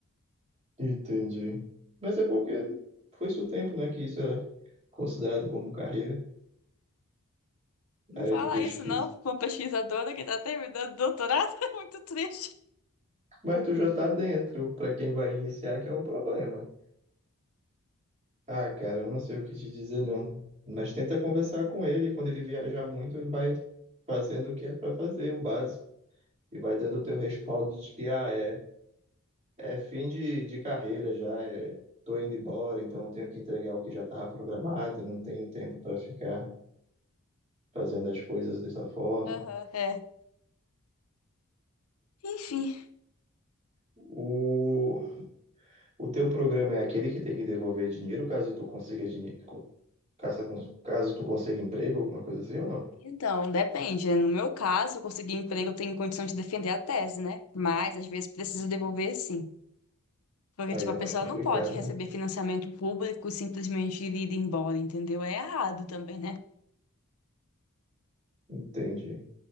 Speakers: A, on the right; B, on the left.
A: entendi. Mas é porque foi isso o tempo, né, que isso era considerado como carreira,
B: Não
A: área
B: fala
A: de pesquisa.
B: isso, não, pra uma pesquisadora que tá terminando o doutorado. <laughs> É muito triste.
A: Mas tu já tá dentro, para quem vai iniciar, que é o problema. Ah, cara, eu não sei o que te dizer, não. Mas tenta conversar com ele. Quando ele viajar muito, ele vai fazendo o que é para fazer, o básico. E vai dando o teu respaldo de que, ah, é, é fim de, de carreira já, é, tô indo embora, então eu tenho que entregar o que já estava programado, não tenho tempo para ficar fazendo as coisas dessa forma.
B: Aham, é. Enfim.
A: O, o teu programa é aquele que tem que devolver dinheiro caso tu consiga dinheiro, caso, caso tu consiga emprego, alguma coisa assim ou não?
B: Então, depende, né? No meu caso, eu consegui emprego, eu tenho condição de defender a tese, né? Mas às vezes preciso devolver sim. Porque,
A: Aí
B: tipo,
A: é
B: a
A: mais
B: pessoa
A: complicado,
B: não pode receber
A: né?
B: financiamento público e simplesmente ir embora, entendeu? É errado também, né?
A: Entendi.